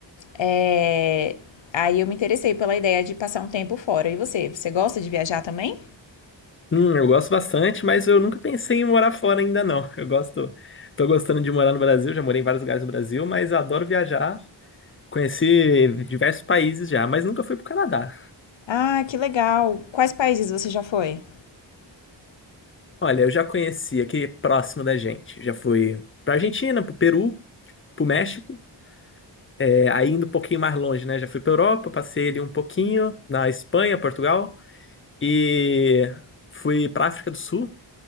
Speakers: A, on the left; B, on the left.
A: é, aí eu me interessei pela ideia de passar um tempo fora. E você, você gosta de viajar também?
B: Hum, eu gosto bastante, mas eu nunca pensei em morar fora ainda não. <laughs> Eu gosto, tô gostando de morar no Brasil, já morei em vários lugares no Brasil, mas eu adoro viajar. Conheci diversos países já, mas nunca fui pro Canadá.
A: Ah, que legal! Quais países você já foi?
B: Olha, eu já conheci aqui próximo da gente. Já fui pra Argentina, pro Peru, pro México. É, aí indo um pouquinho mais longe, né? Já fui pra Europa, passei ali um pouquinho na Espanha, Portugal. E fui pra África do Sul,